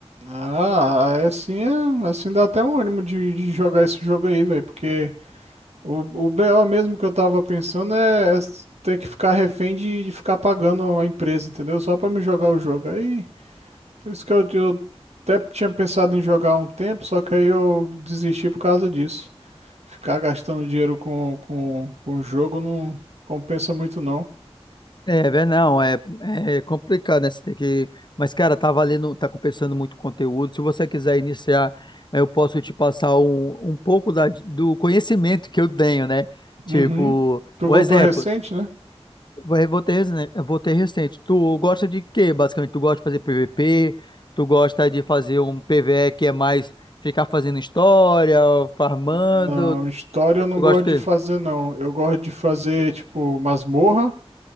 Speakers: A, on the right; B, on the left.
A: Ah, aí assim, é, assim dá até um ânimo de, de jogar esse jogo aí, velho, porque o, o BO mesmo que eu tava pensando é, é ter que ficar refém de, de ficar pagando a empresa, entendeu? Só pra me jogar o jogo. Aí, por isso que eu, eu até tinha pensado em jogar há um tempo, só que aí eu desisti por causa disso. Ficar gastando dinheiro com, com, com o jogo não compensa muito, não.
B: É, vé, não, é, é complicado, né? Você tem que. Mas, cara, tá valendo, tá compensando muito conteúdo. Se você quiser iniciar, eu posso te passar um, um pouco da- do conhecimento que eu tenho, né? Tipo,
A: Uhum. Tu
B: um
A: voltou
B: exemplo,
A: recente, né?
B: eu vou ter, resen- eu vou ter recente. Tu gosta de quê, basicamente? Tu gosta de fazer PVP? Tu gosta de fazer um PVE que é mais ficar fazendo história, farmando?
A: Não, história eu não
B: Tu gosta
A: gosto
B: de
A: de fazer,
B: quê?
A: não. Eu gosto de fazer, tipo, masmorra